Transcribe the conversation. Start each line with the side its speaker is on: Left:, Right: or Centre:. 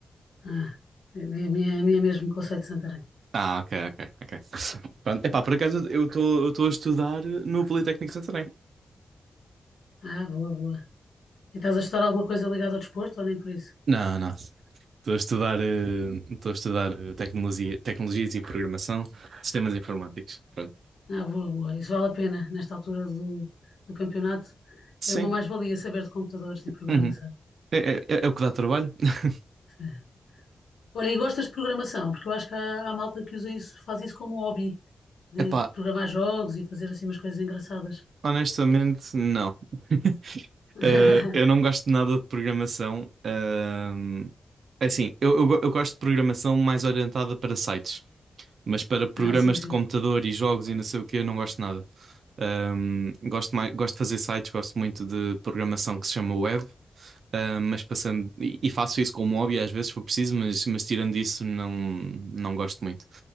Left: Ah, é é a minha, é a minha mesmo, Conselho de Santarém.
Right: Ah, ok, ok, ok. Pronto, epá, por acaso eu estou eu estou a estudar no Politécnico de Santarém.
Left: Ah, boa, boa. E estás a estudar alguma coisa ligada ao desporto ou nem por isso?
Right: Não, não. Estou a estudar, eh, estou a estudar eh, tecnologia, tecnologias e programação, sistemas informáticos. Pronto.
Left: Ah, boa, boa. Isso vale a pena nesta altura do, do campeonato.
Right: Sim.
Left: É uma mais-valia saber de computadores e programação.
Right: Uhum. É, é, é o que dá trabalho. <laughs>
Left: Sim. Olha, e gostas de programação? Porque eu acho que há, há malta que usa isso, faz isso como um hobby, de
Right: Epá,
Left: programar jogos e fazer assim umas coisas engraçadas.
Right: Honestamente, não. <laughs>
Left: <laughs>
Right: Eh, eu não gosto de nada de programação. Ahm, é assim, eu, eu, go- eu gosto de programação mais orientada para sites, mas para programas
Left: Ah, sim, sim.
Right: de computador e jogos e não sei o que, eu não gosto de nada. Ahm, gosto mais, gosto de fazer sites, gosto muito de programação que se chama web, ahm, mas passando, e, e faço isso como hobby às vezes se for preciso, mas, mas tirando isso, não, não gosto muito.